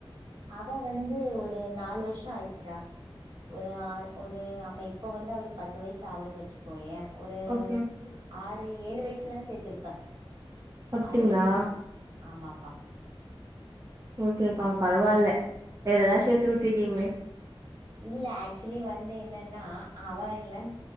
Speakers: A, on the right; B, on the right.
A: அவ வந்து ஒரு நாலு வருஷ ஆயிடுச்சுடா ஒரு ஆ ஒரு ஆம இப்ப வந்து அவளுக்கு பத்து வயசு ஆகுதுனு வெச்சுக்கோயே ஒரு
B: ஓகே
A: ஆற் அத ஏழு வயசுலா சேத்திருப்ப
B: அப்டிங்களா
A: ஆறு வயசுலனா ஆமாப்பா
B: ஓகேக்கா பரவால்ல <unintelligible> சேர்த்து விட்டு இருக்கீங்களே
A: இல்ல ஆக்சுவலி வந்து என்னன்னா அவன் இல்ல